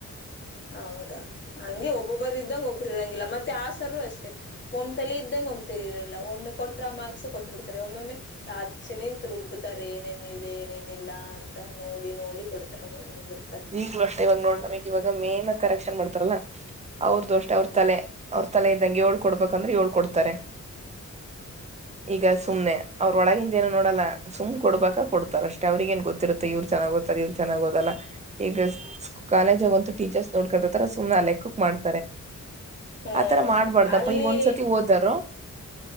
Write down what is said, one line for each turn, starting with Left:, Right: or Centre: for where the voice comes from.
Left: ಹೌದಾ ಹಂಗೆ ಒಬ್ಬೊಬ್ಬ ಇದ್ದಂಗ ಒಬ್ಬ್ರ ಇರಗಿಲ್ಲ ಮತ್ತೆ ಆ ಸಾರ್ ಅಷ್ಟೇ ಒಮ್ ತಲೆ ಇದ್ದಂಗಗೆ ಒಮ್ ತಲಿ ಇರಲ್ಲ ಒಮ್ಮೆ ಕೊಟ್ರ ಮಾರ್ಕ್ಸಸ್ ಕೊಟ್ಟ ಬಿಡ್ತಾರೆ ಒಮೊಮ್ಮೆ ಹಚ್ಚಿನಿಂತು ರುಬ್ಬುತ್ತಾರೆ ತಾರೆ ಏನೇನ್ ಇದೆ ಏನೇನಿಲ್ಲಾ ಅಂತ ನೋಡಿ ನೋಡಿ ನೋಡಿ ಕೊಡ್ತಾರೇ ಒಮ್ಮೆ ಹಂಗೆ ಇರ್ತಾರೆ
Right: ಈಗ್ಲೂ ಅಷ್ಟೇ ಇವಾಗ ನೋಡ್ ನಮಗ್ ಇವಾಗ ಮೇನ್ ಕರೆಕ್ಷನ್ ಮಾಡ್ತಾರಲ್ಲ ಅವ್ರ್ದು ಅಷ್ಟೇ ಅವ್ರ ತಲೆ ಅವ್ರ ತಲೆ ಇದ್ದಂಗೆ ಏಳು ಕೊಡ್ಬೇಕಂದ್ರೆ ಏಳ್ ಕೊಡ್ತಾರೆ ಈಗ ಸುಮ್ನೆ ಅವ್ರೊಳಗ ಏನು ನೋಡಲ್ಲ ಸುಮ್ ಕೊಡ್ಬೇಕಾ ಕೊಡ್ತಾರ ಅಷ್ಟೆ ಅವ್ರಿಗೆ ಏನ್ ಗೊತ್ತಯಿರುತ್ತೆ ಇವ್ರು ಚೆನ್ನಾಗಿ ಓದ್ತಾರೆ ಓದ್ತಾರೆ ಇವ್ರು ಚೆನ್ನಾಗ ಓದಲ್ಲ ಈಗ ಕಾಲೇಜಂತು ಟೀಚರ್ಸ್ ನೋಡ್ಕೊಂಡುಯಿರ್ತಾರೆ ಸುಮ್ನೆ ಅಲ್ಲೇ ಕುಕ್ ಮಾಡ್
Left: ಹ್ಮ್
Right: ಆತರ ಮಾಡ್ಬಾರ್ದಪ್ಪ
Left: ಅಲ್ಲಿ
Right: ಈಗ ಒಂದ್ಸತಿ ಓದರು